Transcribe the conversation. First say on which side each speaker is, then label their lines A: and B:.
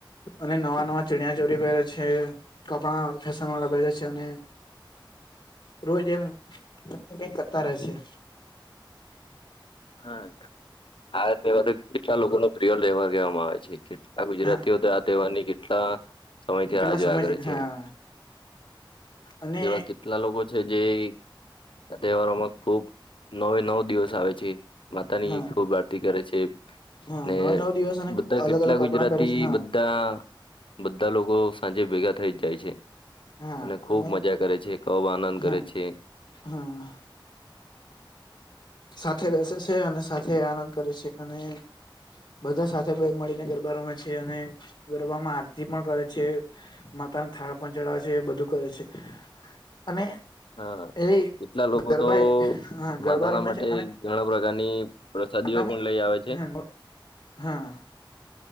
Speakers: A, on the left; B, on the left.
A: અને નવા નવા ચિણીિયા ચોરી બર છે કપા ફેશન વાળા ભેજે છે અને રોજ એમ કની કઈક કરતા રહે છે
B: હા આ તહેવાર કેટલા લોકો ન પ્રિય તહેવાર કહેવામાં આવે છે કેટલા ગુજરાતીઓ
A: હા
B: તો વાની કેટલા સમય થી
A: કેટલા
B: રાહ જો
A: સમયથી
B: આ કરે છે
A: હા અને
B: એવા કેટલા લોકો છે જે આ તહેવારોમાં ખુબ નવે નવ દિવસ આવે છે માતા ની
A: હા
B: ખુબ આરતી કરે છે
A: હા
B: ને
A: નવે નવ દિવસ અને
B: બધા કેટલા
A: અલગ અલગ
B: ગુજરાતી
A: કપડાં પહેરે છે હા
B: બધા બધા લોકો સાંજે ભેગા થઇ જ જાય છે
A: હા
B: અને ખૂબ
A: અને
B: મજા કરે છે ખબ આનંદ કરે
A: હા
B: છે
A: હા સાથે બેસે છે અને સાથે આનંદ કરે છે અને બધા સાથે બે મળીને ગરબા રમે છે અને ગરબામાં આરતી પણ કરે છે માતાને થાળ પણ ચડાવે છે એ બધું કરે છે અને
B: હા
A: એ
B: કેટલા લોકો
A: ગરબા
B: તો
A: હા ગરબા
B: માતાના
A: રમે
B: માટે
A: છે
B: ઘણા પ્રકારની પ્રસાદીઓ
A: આ
B: પણ લઈ આવે છે
A: હા હા